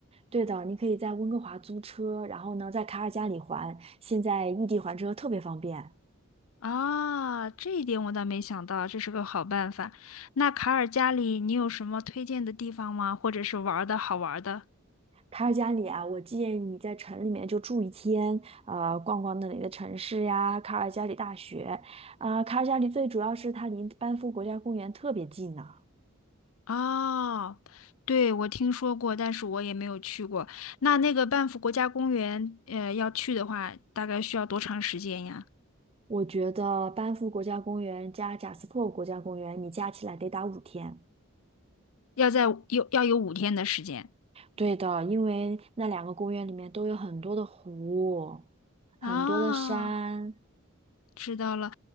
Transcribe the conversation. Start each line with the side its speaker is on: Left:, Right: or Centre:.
Right: 对的，你可以在温哥华租车，然后呢，在卡尔加里还，现在异地还车特别方便。
Left: 啊，这一点我倒没想到，这是个好办法。那卡尔加里，你有什么推荐的地方吗？或者是玩儿的好玩儿的？
Right: 卡尔加里啊，我建议你在城里面就住一天，呃，逛逛那里的城市呀，卡尔加里大学，啊、卡尔加里最主要是它离班夫国家公园特别近呢、
Left: 哦，对，我听说过，但是我也没有去过。那那个 b a 国家公园，呃，要去的话，大概需要多长时间呀？
Right: 我觉得班夫国家公园加贾斯珀国家公园，你加起来得打五天。
Left: 要在有要有五天的时间
Right: 对的，因为那两个公园里面都有很多的湖，很多的山。
Left: 啊。知道了，